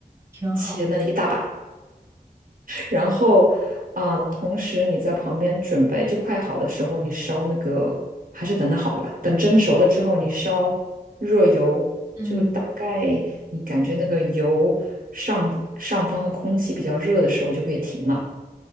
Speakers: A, on the right; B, on the right.
A: 挺好。
B: 切那一大把。然后，啊、同时你在旁边准备，就快好的时候，你烧那个，还是等它好了吧。等蒸熟了之后，你烧热油，
A: 嗯，
B: 就大概你感觉那个油上上方的空气比较热的时候，就可以停了。